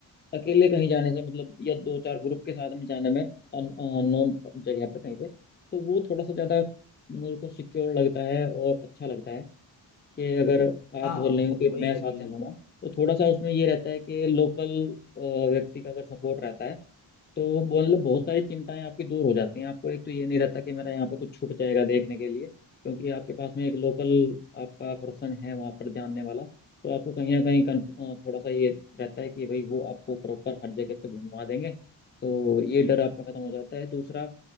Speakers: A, on the left (about 25°); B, on the left (about 85°).
A: अकेले कहीं जाने से मतलब या दो चार ग्रुप के साथ में जाने में अननोन जगह पे कहीं पे तो वो थोड़ा सा ज़्यादा मेरे को सिक्योर लगता है और अच्छा लगता है कि अगर
B: हाँ
A: आप बोल रहे हो कि
B: वही
A: मैं
B: है
A: साथ
B: कि
A: चलूंगा तो थोड़ा सा उसमें ये रहता है कि लोकल व्यक्ति का अगर सपोर्ट रहता है तो वो मतलब बहुत सारी चिंताएं आपकी दूर हो जाती हैं आपको एक तो ये नहीं रहता कि मेरा यहाँ पे कुछ छूट जाएगा देखने के लिए क्योंकि आपके पास में एक लोकल आपका पर्सन है वहाँ पर जानने वाला तो आपको कहीं ना कहीं कन- थोड़ा सा ये रहता है कि भाई वो आपको प्रॉपर हर जगह पे घुमा देंगे तो ये डर आपका खत्म हो जाता है दूसरा